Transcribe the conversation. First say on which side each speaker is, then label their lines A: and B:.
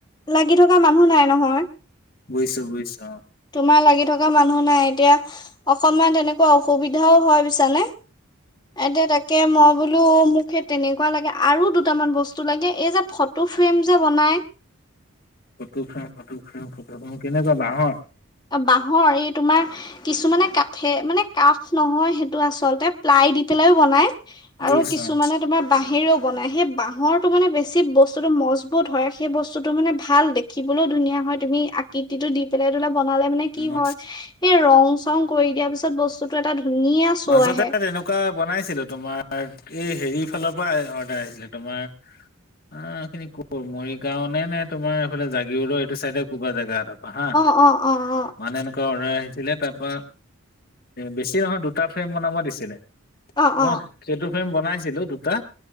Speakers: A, on the left; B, on the left.
A: লাগি থ মানুহ নাই নহয়।
B: বুজিছো বুজিছো অ
A: তোমাৰ লাগি থ তেনেকুৱা মানুহ নাই এতিয়া অকনমান তেনেকুৱা অসুবিধাও হয় পিছান? এতি তাকে মই বোলো মোক সেই তেনেকুৱা লাগে আৰু দুটামান বস্তু লাগে এই যে ফটো ফ্ৰেম যে বনাই।
B: ফটোক ফং ফটোক ফং ফ কেনেকুৱা বাঁাহত?
A: বাঁহৰ এই তোমাৰ কিছুমানে কাঠে মানে কাঠ নহয় সেইটো আচলতে। প্লাই দি পেলাইও বনাই আৰু
B: বুজিছো
A: কিছুমানে
B: অ
A: তোমাৰ বাহ বাঁহেৰেও বনায় সেই বাঁহৰটো মানে বেছি বস্তুটো মজবুত হয় সেই বস্তুটো মানে ভাল দেখিবলৈ। ধুনীয়া হয় তুমি আকৃতিটো দি পেলাই অলপ বনালে মান কি
B: মই
A: হয়, সেই ৰং-চং কৰি দিয়া পিছত বস্তুটো এটা ধুনীয়া শ্ব'
B: মাজতে
A: আহে
B: তেনেকুৱা বনাইছিলো তোমাৰ এই হেৰি ফালৰ পৰা অৰ্ডাৰ আহিছিলে তোমাৰ অ এই খখিনি কৰ মৰিগাঁও নে-নে তোমাৰ এইফালে জাগিৰডৰ এইটো চাইডে ক'ৰবা জেগা এটাত। <unintelligible>
A: অ অ অ অ
B: মানে এনেকুৱা অৰ্ডাৰ আহিছিলে তাৰ পৰা বেছি নহয় দু দুটা ফ্ৰেম বনাব দিছিলে।
A: অ
B: মই
A: অ
B: সেইটো ফ্ৰেম বনাইছিলো দুটা